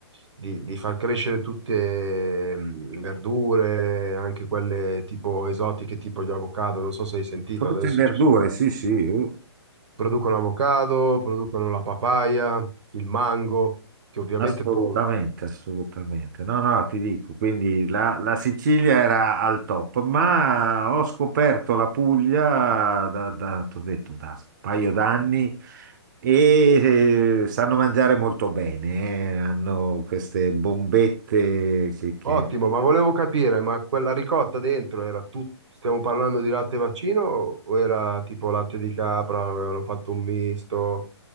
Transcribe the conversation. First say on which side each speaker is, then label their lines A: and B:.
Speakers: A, on the right; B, on the right.
A: di- di far crescere tutte mm, verdure, anche quelle tipo esotiche, tipo gli avocado, non so se hai sentito,
B: Frutta
A: adesso
B: e verdure,
A: ci sono.
B: sì, sì. uh.
A: Producono avocado, producono la papaya, il mango, che ovviamente
B: Assolutamente,
A: può...
B: assolutamente. No, no, ti dico, quindi la, la Sicilia era al top, ma ho scoperto la Puglia da, da, t'ho detto, da un paio d'anni e eh, sanno mangiare molto bene, eh. Hanno queste bombette che, che
A: Ottimo, ma volevo capire, ma quella ricotta dentro era tutto... Stiamo parlando di latte vaccino o o era tipo latte di capra, avevano fatto un misto?